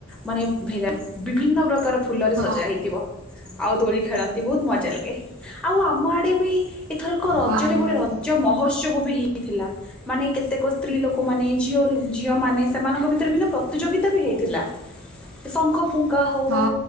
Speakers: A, in the centre; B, on the right (about 70°).
A: ମାନେ ଭେରା ବିଭିନ୍ନ ପ୍ର କାର ଫୁଲରେ
B: ହଁ।
A: ସଜା ହେଇଥିବ, ଆଉ ଦୋଳି ଖେଳନ୍ତି ବହୁତ ମଜା ଲାଗେ। ଆଉ ଆମ ଆଡେ ବି ଏଥର ଏକ ରଜରେ
B: ହଁ ନିହାତି
A: ଗୋଟେ ରଜ ମହୋତ୍ସବ ବି ହେଇ ଥିଲା ମାନେ କେତେକ ସ୍ତ୍ରୀ ଲୋକ ମାନେ ଝିଅ ଝିଅ ମାନେ ସେମାନଙ୍କ ଭିତରେ ବି ନା ପ୍ରତିଯୋଗିତା ବି ହେଇଥିଲା ଶଙ୍ଖ ପୁଖ କା ହଉ
B: ହଁ